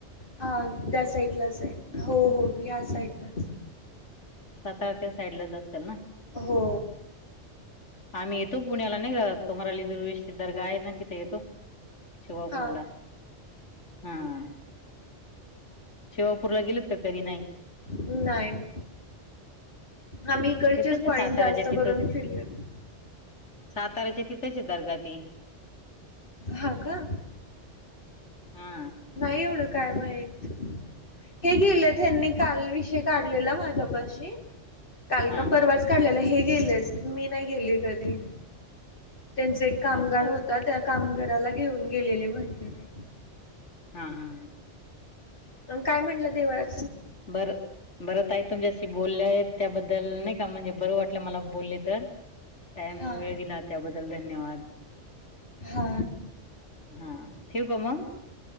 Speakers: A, on the left; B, on the left.
A: हा त्या साइडला आहे हो हो या साइडलाच.
B: सातारच साइडलाच असेल ना?
A: हो.
B: आम्ही येतो पुण्याला नाही ग कमरली दुर्वेशची दर्गा आहे, ना तिथे येतो शेवा
A: हा
B: पुरला हा. शेवापूरला गेलत का कधी नाही?
A: नाही. आम्ही इकडचे
B: तिथंच
A: पाईंट
B: आहे साताऱ्याच्या
A: जास्त
B: तिथंच
A: करून फिरलेत.
B: साताऱ्याच्या तिथंच दर्गा ते.
A: हा का?
B: हा
A: नाही एवढं काय माहित. हे गेले त्यांनी काल विषय काढलेला माझ्यापाशी. काल
B: हा
A: का परवाच
B: हा
A: काढलेला हे गेलेत मी नाही गेली कधी. त्यांचा एक कामगार
B: अच्छा अच्छा
A: होता, त्या कामगाराला घेऊन गेलेले म्हटले ते.
B: हा हा.
A: अ काय म्हटलं देवळात.
B: बरं बरं ताई तुमच्याशी बोलले आहे त्याबद्दल बदल नाही का म्हणजे बरं वाटलं मला बोलले तर टाइम
A: हा
B: वेळ दिला त्याबद्दल धन्यवाद.
A: हा.
B: हा ठेवू का मग?